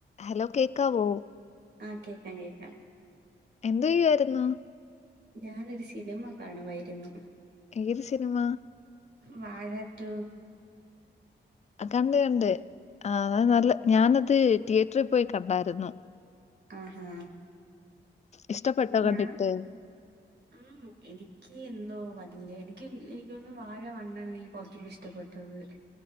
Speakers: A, on the left; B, on the right.
A: Hello കേക്കാവോ
B: ആ കേക്കാം കേക്കാം
A: എന്തയ്യുവായിരുന്നു
B: ഞാനൊരു സിനിമ കാണുവായിരുന്നു
A: ഏത് സിനിമ
B: വാഴ റ്റു
A: കണ്ട് കണ്ട് ആ അത് നല്ല ഞാനത് തിയേറ്ററിൽ പോയി കണ്ടായിരുന്നു
B: ആഹാ
A: ഇഷ്ടപ്പെട്ടോ കണ്ടിട്ട്
B: ഞാ ഉം എനിക്ക് എ ന്തോ വല്യ എനിക്ക് എനിക്കോന്നുന്നുവാഴ വണ്ണാണ് എനിക്ക് കുറച്ചൂടി ഇഷ്ടപ്പെട്ടത്